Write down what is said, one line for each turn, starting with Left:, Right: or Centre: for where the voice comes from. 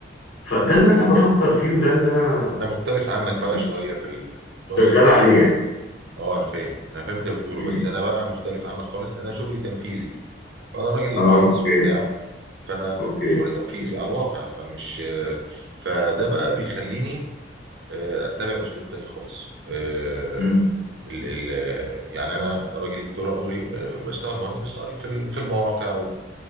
Left: فده اللي انا بفكر فيه وده اللي انا
Right: انا مختلف عنك
Left: يعني
Right: بقى شوية في ال- في الكونسيبت
Left: شغال عليه يعني
Right: اه انا فاهم انا فهمت اللي بتقوله
Left: مم.
Right: بس انا بقى مختلف عنك خالص لان انا شغلي تنفيذي فانا راجل
Left: اه
Right: مهندس
Left: اوكي
Right: وبتاع فانا
Left: اوكي
Right: شغلي تنفيذي على الواقع فمش آه، فده بقى بيخليني آه، اتبع اسلوب تاني خالص آه،
Left: مم.
Right: ال ال يعني انا راجل طول عمري آه، بشتغل مهندس بشتغل في ال- في المواقع